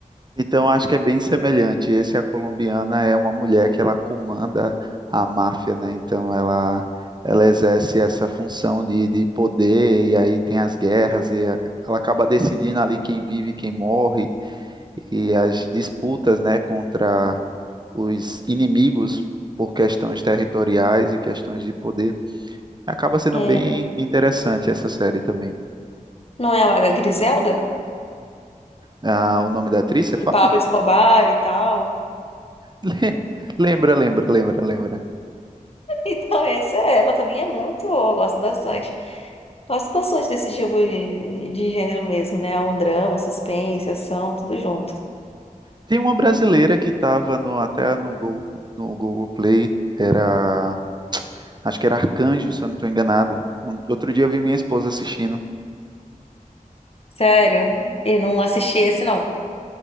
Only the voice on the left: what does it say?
É,
não é a Griselda?
De Pablo Escobar e tal. <laughs>
Então, essa é ela, também é muito boa, eu gosto bastante. Gosto bastante desse tipo de, de gênero mesmo, né? Um drama, suspense, ação, tudo junto.
Sério, eu não assisti esse não,